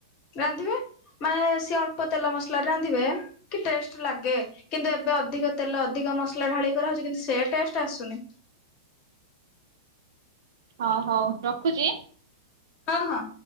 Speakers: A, on the left; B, on the right.
A: ରାନ୍ଧିବେ। ମାନେ ସିଏ ଅଳ୍ପ ତେଲ ମସଲା ରେ ରାନ୍ଧିବେ କି ଟେଷ୍ଟ ଲାଗେ କିନ୍ତୁ ଏବେ ଏବେ ଅଧିକ ତେଲ ଅଧିକ ମସଲା ଢାଳିିକି କରା ହଉଚି କିନ୍ତୁ ସେ ଟେଷ୍ଟ ଆସୁନି।
B: ହଁ ହଉ ରଖୁଚି।
A: ହଁ ହଁ।